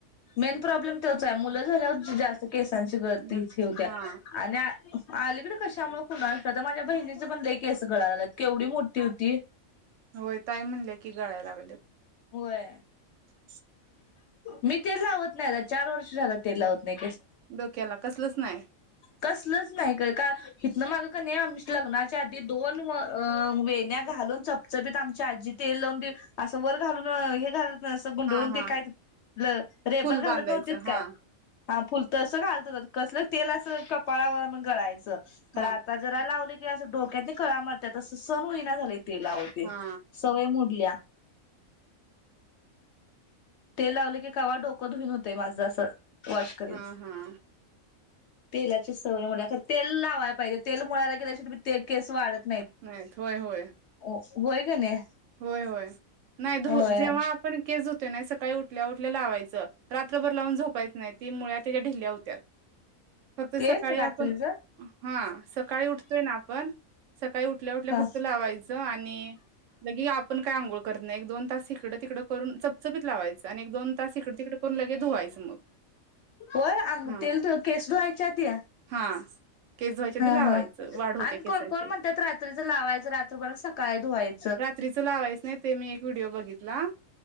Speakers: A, on the left; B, on the right.
A: मेन प्रॉब्लेम तेच आहे मुलं झाल्यावर जास्त केसांची गळती
B: गळते
A: होतिया
B: हा
A: आणि आलीकडे कशामुळे कुणालत आता माझ्या बहिणीचं पण लई केस गळा आलात केवढी मोठी होती
B: होय ताई म्हणले की गळायला लागलेत.
A: होय
B: <inaudible>
A: मी तेल लावत नाही चार वर्ष झालं तेल लावत नाही
B: डोक्याला कसलच नाही
A: कसलच नाही काय का हितन माग का नाही आम लग्नाच्या आधी दोन व व वेण्या्या घालून चपचपित आमची आजी तेल लावून दे असं वर घालून हे घाल तसं गुंडळून
B: हा हा
A: काय रेबण
B: फुल
A: घालत
B: बांधायचं
A: नव्हतीत
B: हा
A: काय हा फुल तसं घालत कसलं तेल अस कपाळावर गळायचं ह
B: हा
A: तर आता जरा लावली की असं डोक्यातनी कळा मारतात असं सण होहिना झाले ते लावते,
B: हा
A: सवय मोडलिया. तेल लावले की कावा डोकं धुईन होते माझं असं वॉश करीन
B: हम्म - हम्म
A: तेलाची सवय होण्याकर तेल लावाय पाहिजे तेल मुळाला गेल्याशिवाय केस वाढत
B: नाहीत. होय होय
A: होय का नाही.
B: होय होय नाही धू
A: होय
B: जेव्हा आपण केस नाही सकाळी उठल्या उठल्या लावायचं रात्रभर लावून झोपायचं नाही ती मुळ्या त्याच्या ढिल्या होत्यात. फक्त
A: तेल
B: सकाळी
A: रात्रीच
B: आपण हा सकाळी उठतोय ना आपण सकाळी उठल्या उठल्या
A: ह
B: फक्त लावायचं आणि आपण काय आंघोळ करत एक दोन तास? हिकडं तिकडं करून चपचपित लावायचं आणि एक दोन तास हिकडं तिकड करून लगे धुवायचं मग
A: होय अंग
B: ह
A: तेल केस धुवायच्या आधी
B: हा. केस धुवायच्या
A: हा
B: आधी लावायचं
A: हा
B: वाढ होते
A: आणि
B: केसांची
A: कोण कोण म्हणतात रात्रीचं लावायचं रात्रीपर्यंत सकाळी धुवायच.
B: रात्रीचं लावायच नाही ते मी एक व्हिडिओ बघितला